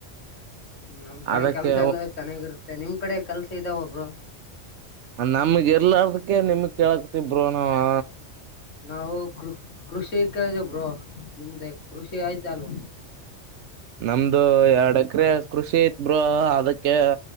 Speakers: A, on the left; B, on the right.
A: ನಮ್ ಕಡೆ
B: ಅದಕ್ಕೆ
A: ಕೆಲ್ಸ ಎಲ್ಲ ಚೆನ್ನಾಗಿರುತ್ತೆ ನಿಮ್ ಕಡೆ ಕೆಲ್ಸ ಇದಾವ ಬ್ರೋ?
B: ಮಂತ್ ನಮಗ್ ಇರ್ಲಾರದಕ ನಿಮಗ್ ಕೆಲಕತ್ತಿನಿ ಬ್ರೂನಾವಾ
A: ನಾವು ಕೃ ಕೃಷಿ ಕರೆ ಬ್ರೋ ನಿಮ್ದ ಕೃಷಿ ಆಯ್ತ ಅಲ್ವ
B: ನಮ್ದು ಎರಡ್ ಎಕರೆ ಕೃಷಿ ಐತ್ ಬ್ರೋ ಅದಕ್ಕೆ